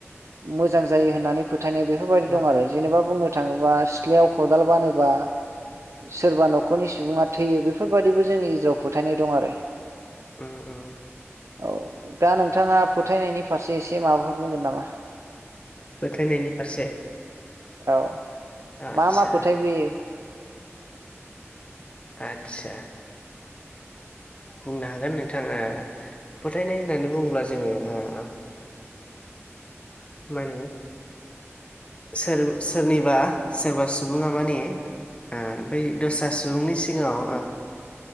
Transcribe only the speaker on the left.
उम उम
उम
ओ ओ।
फोथायनायनि फारसे।
आदसा
आतसा। बुंनो हागोन नोंथाङा फोथायनाय होननानै बुङोब्ला जोङो ओ। माने। सोर सोरनिबा सोरबा सुबुङा माने। ओ बै दस्रा सुबुंनि सिगाङाव।